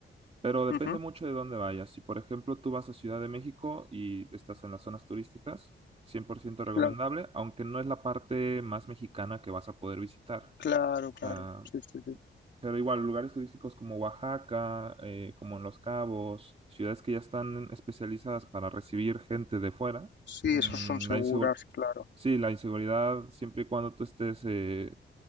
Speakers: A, on the right; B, on the left.
A: Pero depende
B: ujú,
A: mucho de dónde vayas. Si, por ejemplo, tú vas a Ciudad de México y estás en las zonas turísticas, 100% recomendable,
B: Claro,
A: aunque no es la parte más mexicana que vas a poder visitar.
B: claro, claro.
A: O sea,
B: Sí, sí, sí.
A: pero igual, lugares turísticos como Oaxaca, eh, como en Los Cabos, ciudades que ya están especializadas para recibir gente de fuera,
B: Sí,
A: mm,
B: esos son seguras,
A: la insegur-
B: claro.
A: sí, la inseguridad, siempre y cuando tú estés eh,